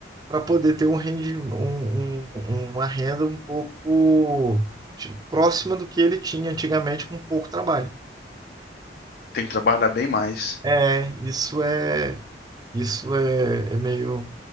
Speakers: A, on the right (about 20°); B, on the left (about 55°).
A: para poder ter um rendi, um- um- uma renda um pouco tipo, próxima do que ele tinha antigamente com pouco trabalho.
B: Tem que trabalhar bem mais.
A: É, isso é isso é, é meio